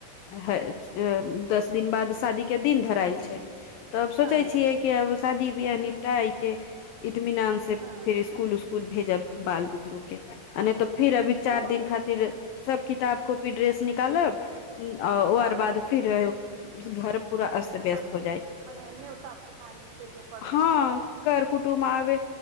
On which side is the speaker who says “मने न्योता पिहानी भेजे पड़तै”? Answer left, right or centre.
Right